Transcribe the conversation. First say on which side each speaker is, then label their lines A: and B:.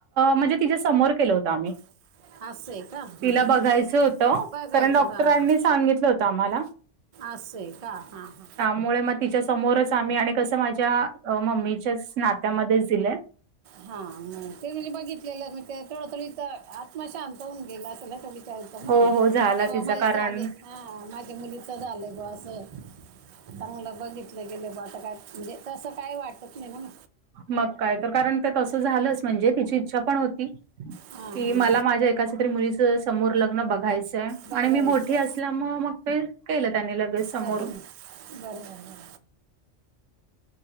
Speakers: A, on the right; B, on the right.
A: म्हणजे तिच्या समोर केलं होतं आम्ही.
B: ह <inaudible> असं आहे का? ह
A: तिला बघायचं
B: ह
A: होतं
B: बघायचं
A: कारण डॉक्टरांनी
B: हा ह.
A: सांगितलं होतं आम्हाला
B: असय का? हां हां.
A: मुळे मग तिच्या समोरच आम्ही आणि कसं माझ्या मम्मीच्याच नात्यामध्येच दिलंय.
B: हा ते म्हणजे बघितलेलं म ते थड थथ आत्मा शांत होऊन गेला अस त्या विचार. मग
A: हो हो झाला
B: नाही बा
A: तिचा
B: माझ्या
A: कारण
B: झाले. हा माझ्या मुलीचं आलंय ब असं चांगलं बघितलं गेलं ब आता काय म्हणजे तसं काय वाटत नाही ना म
A: मग काय तर कारण ते तसं झालंच म्हणजे तिची इच्छा पण होती
B: हां
A: कि
B: हां
A: मला माझ्या एकाच तरी मुलीचं समोर लग्न बघायचंय
B: बघायचं
A: आणि मी मोठी असल्या म मग ते केलं त्यांनी लगेच समोर
B: चा ना बरोबर